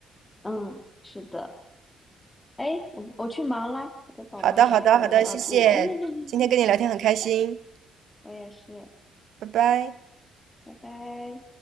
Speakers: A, on the left; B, on the right.
A: 嗯，是的。哎，我我去忙啦，我的宝宝需要我的照顾，
B: 好的，好的，好的，谢谢，
A: <laughs>
B: 今天跟你聊天很开心，
A: 谢谢，拜拜，我也是，
B: 拜拜。
A: 拜拜。